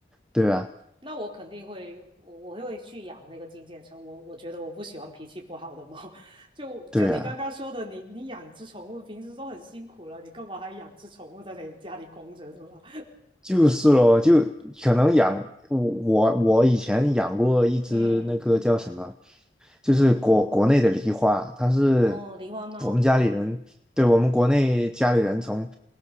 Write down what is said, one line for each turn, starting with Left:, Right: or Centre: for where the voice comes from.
Centre: 对啊，
Right: 那我肯定会，我我会去养那个金渐层。我我觉得我不喜欢脾气不好的猫。<laughs> 就就你刚刚说的，
Centre: 对啊。
Right: 你你养只宠物，平时都很辛苦了，你干嘛还养只宠物在你家里供着，对吧？
Centre: 就是咯，就可能养我我我以前养过一只那个叫什么，
Right: 嗯，
Centre: 就是国国内的梨花，它是
Right: 哦，狸花猫，
Centre: 我们家里人，
Right: 嗯
Centre: 对我们国内家里人从